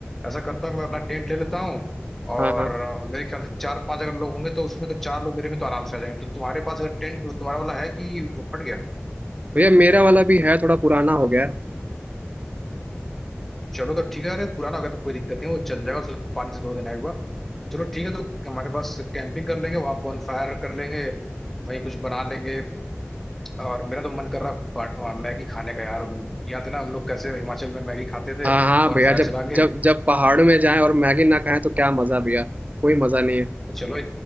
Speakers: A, in the centre; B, on the right.
A: ऐसा करता हूँ कि मैं अपना टेंट ले लेता हूँ और
B: हाँ हाँ
A: अ, मेरे ख्याल से चार पांच अगर लोग होंगे तो उसमें तो चार लोग मेरे में तो आराम से आ जाएंगे तो तुम्हारे पास अगर टेंट तुम्हारा वाला है कि वो फट गया
B: भैया मेरा वाला भी है थोड़ा पुराना हो गया है।
A: चलो तो ठीक है अरे पुराना होगा तो कोई दिक्कत नहीं वो चल जाएगा उसे पानी से धो देना एक बार तो चलो ठीक है तो हमारे पास कैंपिंग कर लेंगे वहाँ बॉनफायर कर लेंगे वहीं कुछ बना लेंगे और मेरा तो मन कर रहा है बाट- मैगी खाने का यार याद है ना हम लोग कैसे हिमाचल में मैगी खाते थे
B: हाँ हाँ
A: बॉनफायर
B: भैया जब
A: जला के
B: जब जब पहाड़ में जाएं और मैगी ना खाएं तो क्या मज़ा भैया कोई मज़ा नहीं है
A: तो चलो